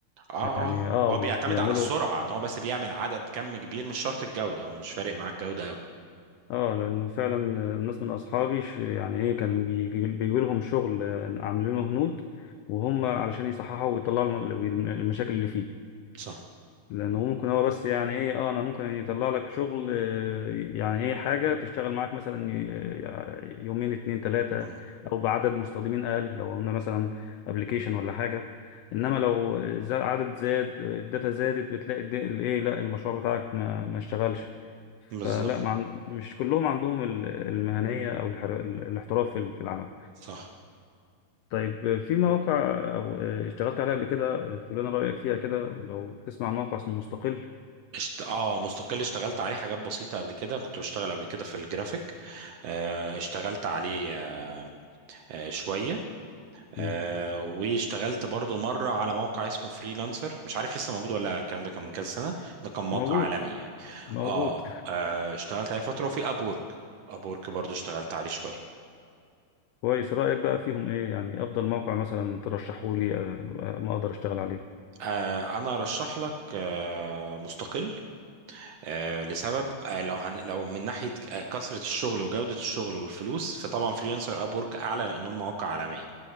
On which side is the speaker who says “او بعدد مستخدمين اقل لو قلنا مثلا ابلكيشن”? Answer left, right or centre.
Left